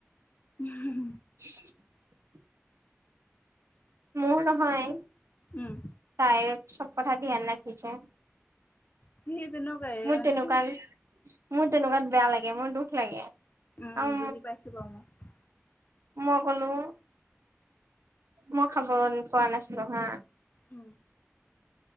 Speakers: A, on the left; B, on the right.
A: উম।
B: <inaudible> মোৰ নহয়
A: উম
B: তাইৰ চাব কথা ধ্যান ৰাখিছে।
A: সেই তেনেকুৱাই
B: মোৰ
A: মানে
B: তেনেকুৱাত মোৰ তেনেকুৱাত বেয়া লাগে মোৰ দুখ লাগে।
A: উম
B: আৰু
A: বুজি পাইছো বাৰু মই।
B: মই কলো মই খাব পোৱা নাছিলো হা।
A: উম।